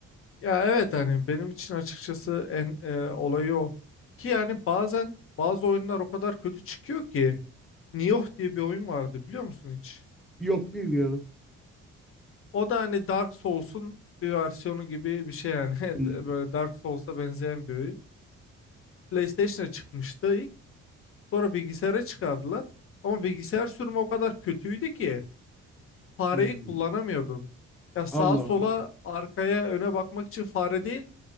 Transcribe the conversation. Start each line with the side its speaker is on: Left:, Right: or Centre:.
Left: Ya evet hani benim için açıkçası en e, olayı o. Ki yani bazen bazı oyunlar o kadar kötü çıkıyor ki Nioh diye bir oyun vardı biliyor musun hiç?
Centre: Yok bilmiyorum.
Left: O da hani Dark Souls'un bir versiyonu gibi bir şey yani. <laughs>
Centre: Hmm.
Left: Böyle Dark Souls'a benzeyen bir oyun. PlayStation'a çıkmıştı ilk. Sonra bilgisayara çıkardılar. Ama bilgisayar sürümü o kadar kötüydü ki fareyi
Centre: Hmm.
Left: kullanamıyordun. Ya sağa
Centre: Allah
Left: sola
Centre: Allah.
Left: arkaya öne bakmak için fare değil